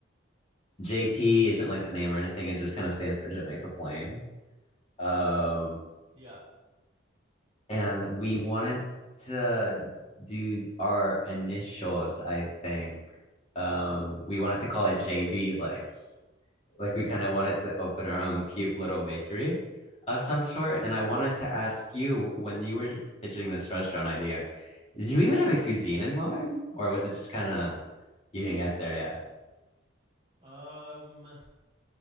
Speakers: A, on the left; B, on the right.
A: JP isn't like a name or anything; it just kind of stands for Jamaica Plain. Um,
B: Yeah.
A: And we wanted to do our initials, I think. Um, we wanted to call it JB Lex. Like we kind of wanted to open our own cute little bakery of some sort. And
B: hmm
A: I wanted to ask you when you were pitching this restaurant idea, did you even have a cuisine in mind? Or was it just kind of you didn't get there yet?
B: Um.